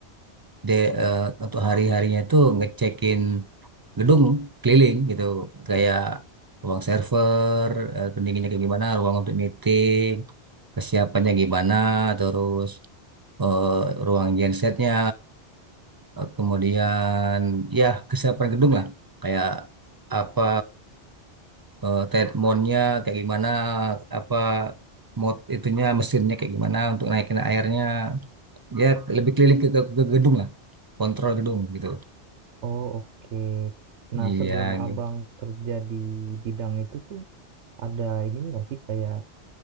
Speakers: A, on the right; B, on the right.
A: de, eh, untuk hari-harinya tuh ngecekin gedung keliling gitu, kayak ruang server, eh, pendinginnya kayak gimana, ruang untuk meeting, kesiapannya gimana, terus eh, ruang gensetnya, eh, kemudian ya kesiapan gedung lah, kayak apa eh treadmillnya kayak gimana apa mod itunya mesinnya kayak gimana untuk naikin airnya ya lebih keliling ke, ke, ke gedung lah kontrol gedung gitu
B: oh oke. Nah,
A: iya
B: sebelum abang
A: gitu.
B: kerja di bidang itu tuh ada ini nggak sih kayak